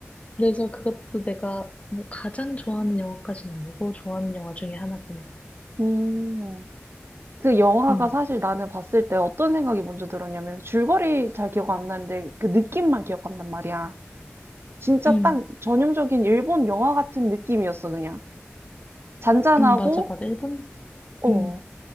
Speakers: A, on the left; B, on the right.
A: 그래서 그것도 내가 뭐 가장 좋아하는 영화까지는 아니고 좋아하는 영화 중에 하나긴 해.
B: 음. 그 영화가
A: 응,
B: 사실 나는 봤을 때 어떤 생각이 먼저 들었냐면 줄거리 잘 기억 안 나는데 그 느낌만 기억한단 말이야. 진짜
A: 응,
B: 딱 전형적인 일본 영화 같은 느낌이었어, 그냥. 잔잔하고,
A: 응, 맞아, 맞아. 일본,
B: 어,
A: 응,